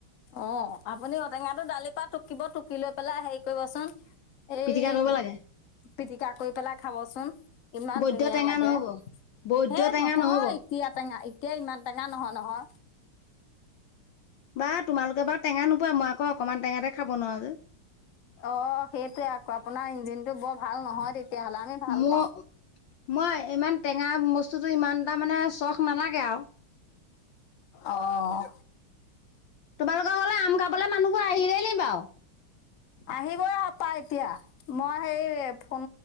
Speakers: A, on the left; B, on the left.
A: অ', আপুনি ঔটেঙাটো দালিৰ পৰা টুকিব টুকি লৈ পেলাই হেৰি কৰিবচোন এই
B: পিটিকা কৰিব লাগে
A: পিটিকা কৰি পেলাই খাবচোন। ইমান
B: বৈদ্য
A: ধুনীয়া
B: টেঙা
A: লাগে
B: নহ'ব বৈদ্য
A: হে
B: টেঙা
A: নহয়
B: নহ'ব অ
A: এতিয়া টেঙা এতিয়া ইমান টেঙা নহয় নহয়।
B: বা তোমালোকে বাৰু টেঙা নোপোৱা মই আকৌ অকণমান টেঙাতে খাব নোৱাৰো যে।
A: অ', সেইটোৱে আকৌ আপোনাৰ ইঞ্জিনটো বৰ ভাল নহয় তেতিয়াহলে আমি ভাল
B: মোৰ
A: পাওঁ।
B: মই ইমান টেঙা বস্তুটো ইমান তটা মানে চখ নালাগে আৰু
A: অ'।
B: তোমালোকৰ ঘৰলে আম খাবলৈ মানুহবোৰ আহিলেই নি বাৰু।
A: আহিবই হাপা এতিয়া মই সেই ফোন